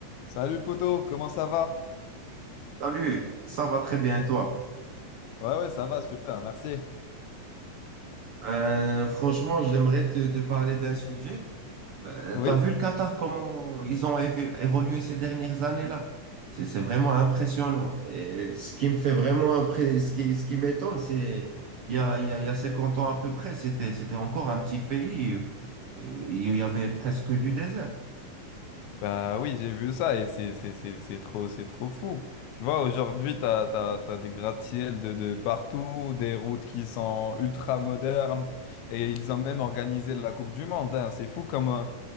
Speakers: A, on the left; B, on the right.
A: Salut poto, comment ça va?
B: Salut, ça va très bien et toi?
A: Ouais ouais ça va super, merci.
B: Euh, franchement, j'aimerais te, te parler d'un sujet. Euh,
A: Oui?
B: t'as vu le Qatar, comment ils ont évo- évolué ces dernières années-là? C'est, c'est vraiment impressionnant. Et ce qui me fait vraiment impré- ce qui, ce qui m'étonne, c'est il y a, il y a, il y a 50 ans à peu près, c'était, c'était encore un petit pays. euh, Il y avait presque du désert.
A: Bah oui j'ai vu ça et c'est c'est- c'est- c'est trop c'est trop fou. Tu vois aujourd'hui t'as, t'as, t'as des gratte-ciel de, de partout, des routes qui sont ultra modernes et ils ont même organisé la Coupe du Monde. hein. C'est fou comme euh,